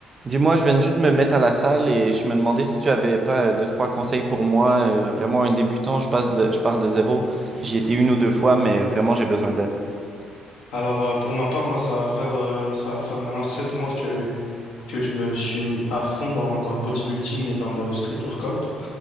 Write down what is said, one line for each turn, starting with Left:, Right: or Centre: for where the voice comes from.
Right: Dis-moi, je viens juste de juste me mettre à la salle et je me demandais si tu avais pas euh, deux, trois conseils pour moi. euh, vraiment un débutant, je passe de- je pars de zéro. J'y étais une ou deux fois, mais vraiment j'ai besoin d'aide.
Left: Alors euh, pour ma part, moi ça va faire euh, ça va faire maintenant sept mois que que je me suis mis à fond dans dans le bodybuilding et dans le street workout.